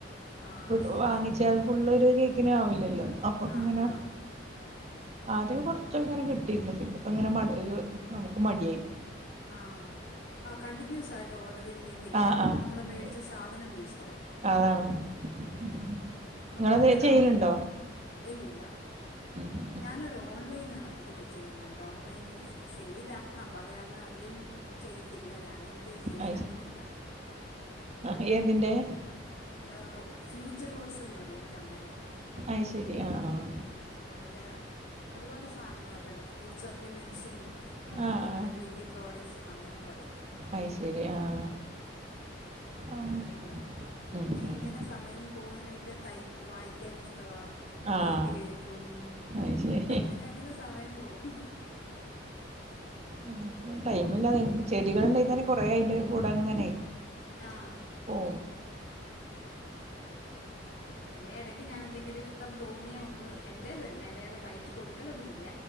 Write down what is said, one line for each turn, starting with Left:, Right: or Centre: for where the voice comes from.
Left: ആ
Right: ഒന്ന്
Left: ശരിയാ
Right: വാങ്ങിച്ചാത് ഫുള്ളെര് കേക്കിന് ആവില്ലല്ലോ അപ്പൊ
Left: ആ
Right: അങ്ങനെ
Left: ഹാ
Right: ആദ്യക്കെ കുർച്ചൊക്കെ ഇങ്ങനെ കിട്ടീയ്ന്നു പിന്നെ ഇപ്പങ്ങനെ മ ഒരു നമുക്കും മടിയായി.
Left: ആഹ് കണ്ടിന്യൂസായിട്ട് ഓഡറി ഇല്ലെങ്കില്
Right: ആഹ് ആഹ്
Left: നമ്മള് മേടിച്ച
Right: അത്
Left: സാധനം വേസ്റ്റാവും.
Right: അതാണോ ഉം
Left: നമുക്ക്
Right: ഇങ്ങളെന്തെലും
Left: മുതലാവത്തില്ല
Right: ചെയ്യലുണ്ടോ.
Left: ഇല്ല ഇല്ല
Right: ഉം ഉം
Left: ഞാനൊരു ഓൺലൈന് ഇതൊക്കെ ചെയ്യുന്നുണ്ട് ഓൺലൈൻ ഈ സെയിലാ അപ്പ അത് കാരണം അധികം ചെയ്തില്ല ഞാന് എനിക്ക് സെയിൽ
Right: അത്
Left: അറിഞ്ഞുടാ.
Right: ശരി ആഹ് ഏതിന്റെ
Left: ആഹ് ഫ്യൂച്ചർ വേഴ്സെന്ന് പറയുന്ന ഒരു കമ്പനി.
Right: അയ്ശരി ആഹ് ആഹ്
Left: അതില് ഒരുപാട് സാധനങ്ങളൊക്കെ ഉണ്ട് ഫുഡ് സപ്ലിമെന്റ്സും
Right: ആഹ്
Left: നമ്മുടെ ബ്യൂട്ടി പ്രോഡക്ട്സും അങ്ങനെ കുറേ
Right: അയ്ശരി ആഹ് ആഹ്
Left: അതുണ്ട് പിന്നെ
Right: ഉം
Left: ഇങ്ങനെ
Right: ഉം
Left: സമയം പോകാനായിട്ട് തൈ - വായിക്കാൻ ഇഷ്ടവാ
Right: ആഹ്
Left: പാട്ട് കേക്കും.
Right: അത് ശരി
Left: അങ്ങനെ അങ്ങനെ സമയം പോവും
Right: ഉം ടൈമില്ലാ എൻക്ക് ചെടികള്ണ്ടെങ്കി തന്നെ കൊറേ അയിന്റെ കൂടെ ഇങ്ങനെ
Left: ആഹ്
Right: ഓം
Left: പിന്നെ ഇടക്ക് ഞാൻ എന്തെങ്കിലും ഇഷ്ടം തോന്നിയാ ഒന്ന് എന്റേത് തന്നെ വേറെ തയ്ച്ചു കൊടുക്കലൊന്നുല്ല